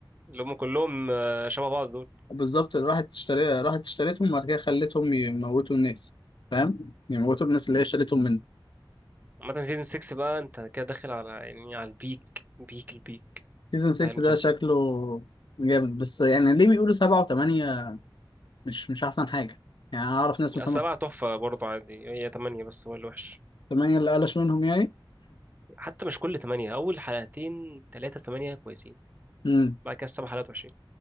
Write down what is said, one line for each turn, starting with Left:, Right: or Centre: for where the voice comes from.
Right: اللي هم كلهم آه، شبه بعض دول
Left: بالظبط اللي راحت اشتري راحت اشتريتهم وبعد كده خلتهم يموتوا الناس فاهم يموتوا الناس اللي هي اشتريتهم منه
Right: عامة سيزون 6 بقى انت كده داخل على يعني على البيك بيك البيك
Left: سيزون 6
Right: بتاع المسلسل
Left: ده شكله جامد بس يعني ليه بيقولوا سبعة وثمانية مش مش أحسن حاجة يعني أنا أعرف ناس مثلا
Right: السبعة تحفة برضه عادي هي تمانية بس هو اللي وحش
Left: ثمانية اللي قلش منهم يعني
Right: حتى مش كل تمانية أول حلقتين تلاتة تمانية كويسين
Left: <clears throat>
Right: بعد كده السبع حلقات وحشين